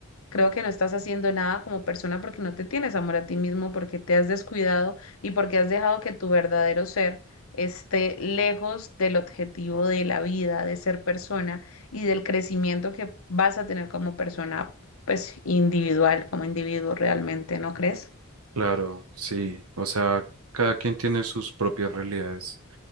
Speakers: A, on the left; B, on the right.
A: Creo que no estás haciendo nada como persona porque no te tienes amor a ti mismo, porque te has descuidado y porque has dejado que tu verdadero ser esté lejos del objetivo de la vida, de ser persona y del crecimiento que vas a tener como persona, pues individual, como individuo realmente, ¿no crees?
B: Claro, sí, o sea, cada quien tiene sus propias realidades,